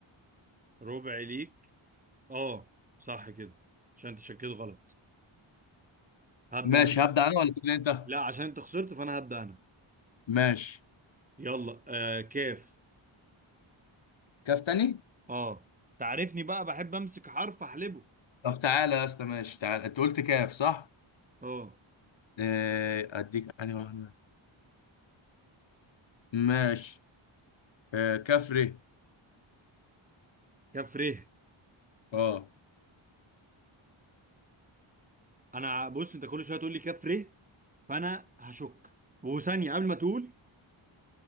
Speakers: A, on the right (about 15°); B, on the left (about 65°).
A: ربع ليك اه صح كده عشان انت شكيت غلط هبدأ
B: ماشي
A: انا بقى
B: هبدأ انا ولا تبدأ انت
A: لا عشان انت خسرت فانا هبدأ انا
B: ماشي
A: يلا آه كاف
B: كاف تاني
A: اه تعرفني بقى بحب امسك حرف احلبه
B: طب تعالى يا اسطى ماشي تعالى انت قلت كاف صح
A: اه
B: آه، اديك انهي واحده ماشي آه، كفري
A: كاف ر
B: اه
A: انا بص انت كل شويه تقول لي كاف ر فانا هشك وثانيه قبل ما تقول